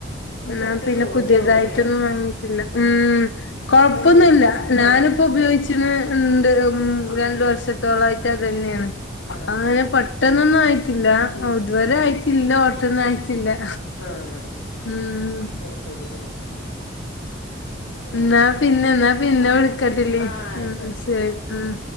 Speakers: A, on the left; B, on the left.
A: അത്
B: ന്നാ
A: പെട്ടെന്ന്
B: പിന്നെ പുതിയതായിട്ടൊന്നും
A: ഓട്ടയാവൂലേ
B: വാങ്ങി ഇല്ല ഉം കൊഴപ്പൊന്നുല്ല
A: പെട്ടെന്ന്
B: ഞാനിപ്പ
A: ആ
B: ഉപയോഗിച്ചിണ്. ഇണ്ട് ഇൻ രണ്ട് വർഷത്തോളായിട്ട് അതെന്നെണ്.
A: ആ ആ
B: ആഹ്
A: ആ
B: ഞാൻ പെട്ടെന്നൊന്നായിട്ടില്ല
A: ഉം
B: അത് വരെ
A: ഉം
B: ആയിട്ടില്ല ഓട്ടന്നായി ത്തില്ല
A: ആ ആ
B: ഉം
A: അത് ശരി ആ ആ
B: ന്നാ പിന്നെ ന്നാ പിന്നെ വിളിക്കട്ടെല്ലി
A: ആ ആയിക്കോട്ടെ
B: ആഹ് ശെരി
A: ശരി ശരി
B: ആഹ്